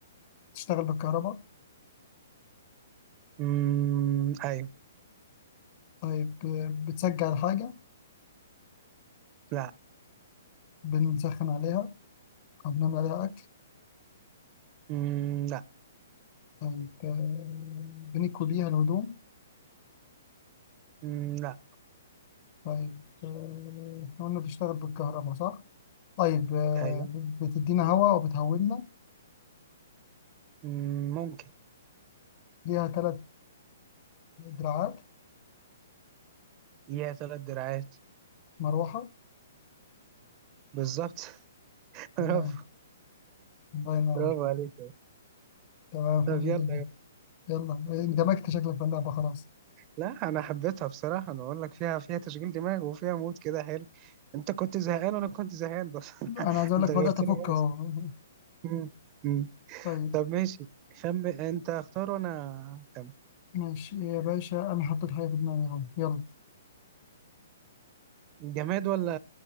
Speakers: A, on the left; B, on the right.
A: بتشتغل بالكهرباء؟
B: أمم، أيوة
A: طيب آه، بتسجل الحاجة؟
B: لا
A: بنسخن عليها أو بنعمل عليها أكل؟
B: أمم، لا
A: طيب آه، بنكوي بيها الهدوم؟
B: أمم، لا
A: طيب آه، إحنا قلنا بتشتغل بالكهرباء صح؟ طيب آه،
B: أيوة
A: ب- بتدينا هواء وبتهولنا
B: أمم، ممكن
A: ليها ثلاث دراعات
B: ليها ثلاث دراعات
A: مروحة
B: بالظبط <laughs>
A: تمام
B: برافو
A: الله ينور
B: برافو عليك
A: تمام
B: طب
A: حلو
B: يلا
A: جدا يلا آه، اندمجت شكلك في اللعبة خلاص
B: لا انا حبيتها بصراحه انا اقول لك فيها فيها تشغيل دماغ وفيها مود كده حلو انت كنت زهقان وانا كنت زهقان بس <laughs>
A: انا عايز اقول
B: انت
A: لك
B: غيرت
A: بدأت افك
B: لي
A: اهو
B: بس مم. مم.
A: طيب
B: طب ماشي خم انت اختار وانا خم.
A: ماشي يا باشا انا حطيت حاجة في دماغي اهو يلا
B: جماد ولا